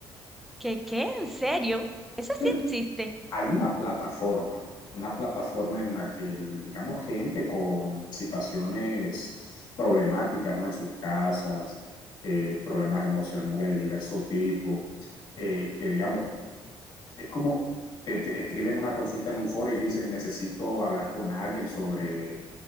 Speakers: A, in the centre; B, on the left.
A: ¿Qué, qué? ¿En serio? Eso
B: Es que
A: sí
B: el-
A: existe.
B: hay una plataforma, una plataforma en la que, el- digamos, gente con situaciones problemáticas, ¿no? En sus casas, eh, problemas emocionales de diverso tipo, eh, que, digamos, es como te, te escriben una consulta en un foro y dicen, necesito hablar con alguien sobre,